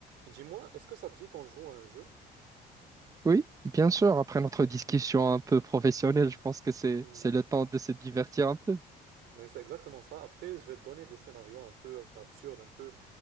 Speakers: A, on the right; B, on the right.
A: Dis-moi, est-ce que ça te dit qu'on joue à un jeu?
B: Oui, bien sûr, après notre discussion un peu professionnelle, je pense que c'est
A: Hmm.
B: c'est le temps de se divertir un peu.
A: Oui, c'est exactement ça. Après, je vais te donner des scénarios un peu absurdes, un peu